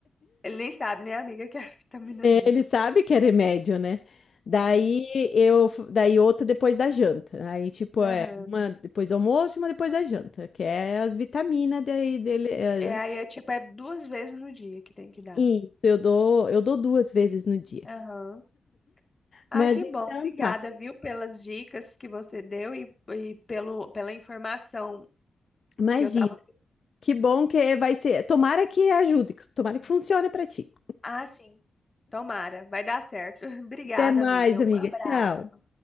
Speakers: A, on the left (about 25°); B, on the left (about 50°).
A: Ele nem sabe, né, amiga, que é vitaminazinha.
B: Ele sabe que é remédio, né? Daí eu, daí outra depois da janta. Aí tipo é
A: Aham.
B: uma depois do almoço, e uma depois da janta, que é as vitaminas daí dele. é,
A: É, aí é tipo, é duas vezes no dia que tem que dar.
B: Isso, eu dou, eu dou duas vezes no dia.
A: Aham. Ah,
B: Mas
A: que
B: então
A: bom. Obrigada,
B: tá.
A: viu, pelas dicas que você deu e, e pelo, pela informação
B: Imagina.
A: que eu tava.
B: Que bom que vai ser. Tomara que ajude, tomara que funcione para ti.
A: Ah, sim. Tomara, vai dar certo. <laughs> Obrigada,
B: Até mais,
A: amiga.
B: amiga.
A: Um abraço.
B: Tchau.